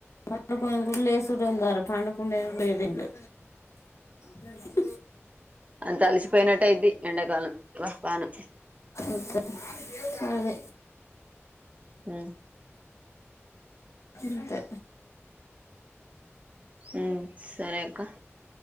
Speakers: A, on the left (about 85°); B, on the right (about 30°).
A: పండుకుని లేసుడు ఏంది పండుకుండేది లేదిండు మ్మ్ హ్
B: అంతంత అలిసిపోయినట్టే అది ఎండాకాలం పాను
A: అంతే. అదే
B: ఆ
A: ఇంతే
B: మ్మ్ సరే అక్క